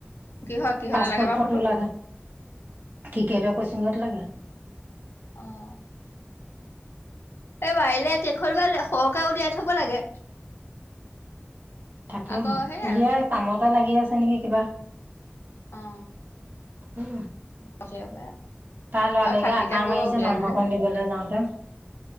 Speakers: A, on the left (about 75°); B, on the right (about 55°).
A: কিহৰ কিহলে
B: পাছপৰ্ট
A: লাগে বাৰু
B: ফটো লাগে। টিকেটৰ ক্ৰচিংত লাগে।
A: অঁহ। এই পাৰিলে কেখনমান সৰহকে উলিয়াই থব লাগে।
B: থাকেহে
A: আকৌ সেই
B: উলিয়াই কামতে লাগি আছে নেকি কিবা।
A: অ
B: অ,
A: বিচাৰিব পাৰে।
B: তাৰ লৰালেকে
A: আৰু থাকিলে
B: আটা
A: গৈ
B: মাৰিছে
A: উলিয়াই
B: মাংসকণ
A: ললে হ'ল
B: দিবলৈ যাওঁতে।